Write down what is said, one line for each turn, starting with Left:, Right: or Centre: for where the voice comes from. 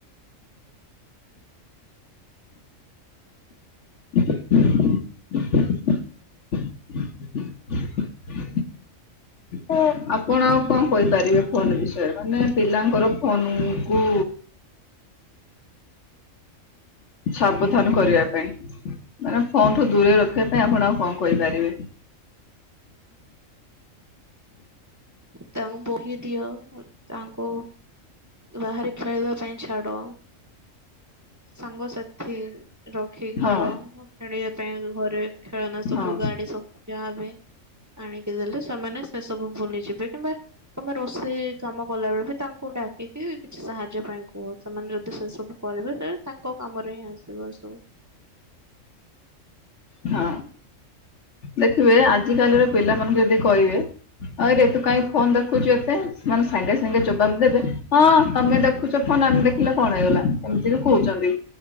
Left: <inaudible> ଓ ଆପଣ ଆଉ କଣ କହିପାରିବେ ଫୋନ୍ ବିଷୟରେ ମାନେ ପିଲାଙ୍କର ଫୋନ୍ କୁ ସାବଧାନ କରିବା ପାଇଁ ମାନେ ଫୋନଠୁ ଦୂରେଇ ରଖିବା ପାଇଁ ଆପଣ ଆଉ କଣ କରିପାରିବେ?
Right: ତାଙ୍କୁ ବହି ଦିଅ ତାଙ୍କୁ ବାହାରେ ଖେଳିବା ପାଇଁ ଛାଡ଼ ସାଙ୍ଗସାଥି ରଖିକି
Left: ହଁ
Right: କର ଖେଳିବା ପାଇଁ ଘରେ ଖେଳନା ସବୁ
Left: ହଁ
Right: ଗାଡ଼ି ସବୁ ଯାହାବି ଆଣିକି ଦେଲେ ସେମାନେ ସେ ସବୁ ଭୁଲିଯିବେ କିମ୍ବା ତମେ ରୋଷେଇ କାମ କଲାବେଳେବି ତାଙ୍କୁ ଡାକିକି କିଛି ସାହାଯ୍ୟ ପାଇଁ କୁହ ସେମାନେ ଯଦି ସେସବୁ କରିବେ ସେ ତାଙ୍କ କାମରେ ହିଁ ଆସିବ ସବୁ।
Left: ହଁ ଦେଖିବେ ଆଜିକାଲିର ପିଲାମାନଙ୍କୁ ଯଦି କହିବେ ଆରେ ତୁ କାହିଁ ଫୋନ୍ ଦେଖୁଚୁ ଏତେ ମାନେ ସାଙ୍ଗେ ସାଙ୍ଗେ ଜବାବ
Right: ହୁଁ
Left: ଦେବେ ହଁ
Right: ହୁଁ
Left: ତମେ ଦେଖୁଚ ଫୋନ୍ ଆମେ ଦେଖିଲେ କଣ ହେଇଗଲା। ଏମିତିରେ କହୁଚନ୍ତି